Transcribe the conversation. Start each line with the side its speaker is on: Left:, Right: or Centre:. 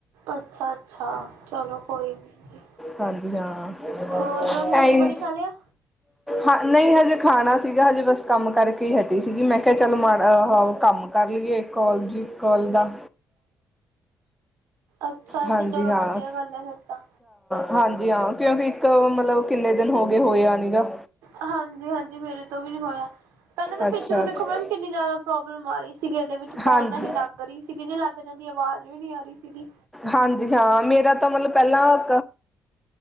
Right: ਅੱਛਾ-ਅੱਛਾ, ਚਲੋ ਕੋਈ ਨੀ ਜੀ।
Centre: ਹਾਂਜੀ ਹਾਂ,
Right: ਹੋਰ ਮੈਮ
Centre: ਟਾਈਮ?
Right: ਰੋਟੀ ਪਾਣੀ ਖਾ ਲਿਆ?
Centre: ਹਾਂ, ਨਹੀਂ ਹਜੇ ਖਾਣਾਂ ਸੀਗਾ ਹਜੇ ਬਸ- ਕੰਮ ਕਰਕੇ ਹਟੀ ਸੀਗੀ। ਮੈਂ ਕਿਹਾ ਚਲ ਮਾੜਾ ਕੰਮ ਕਰ ਲਈਏ। ਇਕ ਕੋਲ ਸੀ ਕੋਲ ਦਾ।
Right: ਅੱਛਾ-ਅੱਛਾ।
Centre: ਹਾਂਜੀ
Right: ਚਲੋ
Centre: ਹਾਂ
Right: ਵਧੀਆ ਗੱਲ ਹੈ ਫੇਰ ਤਾਂ।
Centre: ਹਾਂਜੀ ਹਾਂ, ਕਿਉਂਕਿ, ਇੱਕ ਮਤਲਬ ਕਿੰਨੇ ਦਿਨ ਹੋ ਗਏ ਹੋਏਆ ਨੀ ਨਾ।
Right: ਹਾਂਜੀ- ਹਾਂਜੀ, ਮੇਰੇ ਤੋਂ ਵੀ ਨਹੀ ਹੋਇਆ। ਪਹਿਲਾਂ ਤਾਂ
Centre: ਅੱਛਾ
Right: ਪਿਛੇ ਨੂੰ ਦੇਖੋ
Centre: ਅੱਛਾ
Right: ਮੈਮ, ਕਿੰਨੀ ਜ਼ਿਆਦਾ ਪ੍ਰੋਬਲਮ ਆ ਰਹੀ ਸੀਗੀ, ਇਹਦੇ ਵਿੱਚ ਕਾਲ
Centre: ਹਾਂਜੀ
Right: ਨਾ ਲੱਗ ਰਹੀ ਠੀਕ ਏ ਜੇ ਲੱਗ ਜਾਂਦੀ, ਆਵਾਜ਼ ਵੀ ਨਹੀਂ ਆ ਰਹੀ ਸੀਗੀ।
Centre: ਹਾਂਜੀ ਹਾਂ। ਮੇਰਾ ਤਾਂ ਮਤਲਬ ਪਹਿਲਾ। <inaudible>